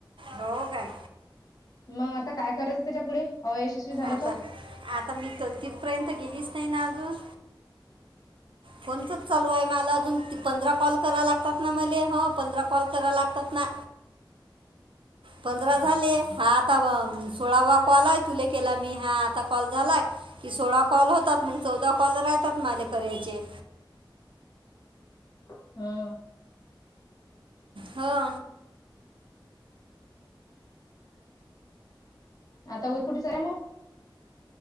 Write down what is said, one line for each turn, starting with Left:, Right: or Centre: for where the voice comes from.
Right: हो काय.
Left: म- आता काय करायचं त्याच्या पुुढे अयशस्वी झालं
Right: आता
Left: त?
Right: आता मी तर तिथपर्यंत तर गेलीच नाय ना अजून. फोनचच चालू आय मला अजून पंधरा कॉल करायला लागतात मले हो पंधरा कॉल करायला लागतात ना. पंधरा झाले हा आता व सोळावा कॉल आय तुले केला मी हा आता कॉल झालाय की सोळा कॉल होतात मग चौदा कॉल राहतात माले करायचे.
Left: ह
Right: हा.
Left: आता उद कुठ चालल्या म?